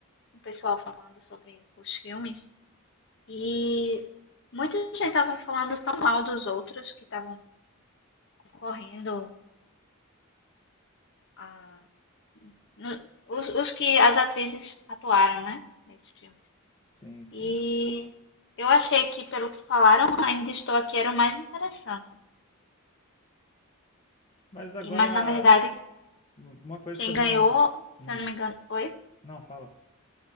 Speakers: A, on the left; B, on the left.
A: um pessoal falando sobre os filmes E muita gente estava falando tão mal dos outros que estavam concorrendo a- no- os, os que as atrizes atuaram, né? Nesses filmes.
B: Sim, sim.
A: E eu achei que, pelo que falaram, ainda estou aqui era o mais interessante.
B: Mas agora,
A: E, mas na verdade,
B: uma coisa
A: quem
B: que eu
A: ganhou,
B: não...
A: se
B: Hum,
A: eu não me engano, oi?
B: não, fala.